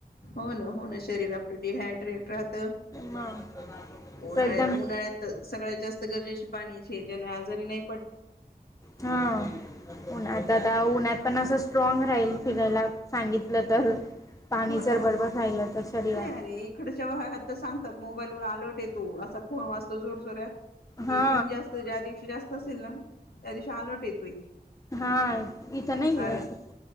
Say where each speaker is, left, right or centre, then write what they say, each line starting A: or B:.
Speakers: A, on the left; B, on the left.
A: हो ना हो ना, शरीर आपलं डिहायड्रेट राहत,
B: मग असं
A: उन्हाळ्यात
B: एकदम
A: उन्हाळ्यात सगळ्यात जास्त गरजेचे पाणी छे ज्याने आजारी नायी.
B: हा उनात आता आता उनात पण असं स्ट्रॉंग राहील फिरायला सांगितलं तर पाणी
A: हो ना
B: जर
A: हो
B: बरोबर
A: ना,
B: राहिलं तर शरीरात
A: नाही अरे इकडच्या भागात तर सांगतात, मोबाईल वर आलर्ट येतो असा फोन वाजतो जोर जोरत कि
B: हा
A: ऊन जास्त ज्या दिवशी जास तसेल ना त्या दिवशी आलर्ट येतो इथे
B: हा इथं नाही
A: कारण
B: आहे असं